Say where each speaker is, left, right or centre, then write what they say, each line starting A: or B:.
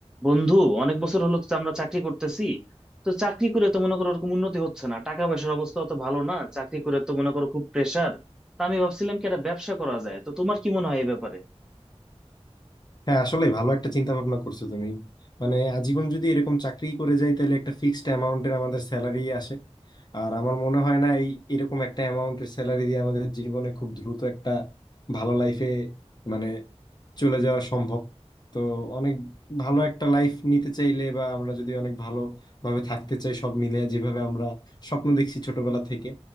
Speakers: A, in the centre; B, on the left.
A: বন্ধু অনেক বছর হলো তো আমরা চাকরি করতেছি তো চাকরি করে তো মনে করো ওরকম উন্নতি হচ্ছে না টাকা পয়সার অবস্থা তো ভালো না চাকরি করে তো মনে করো খুব প্রেসার তা আমি ভাবছিলাম কি একটা ব্যবসা করা যায় তো তোমার কি মনে হয় এই ব্যাপারে
B: হ্যাঁ আসলে ভালো একটা চিন্তা ভাবনা করছো তুমি মানে আজীবন যদি এরকম চাকরি করে যাই তাহলে একটা ফিক্সড অ্যামাউন্টের আমাদের স্যালারি আসে আর আমার মনে হয় না এই এরকম একটা অ্যামাউন্টের স্যালারি দিয়ে আমাদের জীবনে খুব দ্রুত একটা ভালো লাইফে মানে চলে যাওয়া সম্ভব তো অনেক ভালো একটা লাইফ নিতে চাইলে বা আমরা যদি অনেক ভালোভাবে থাকতে চাই সব মিলে যেভাবে আমরা স্বপ্ন দেখছি ছোটবেলা থেকে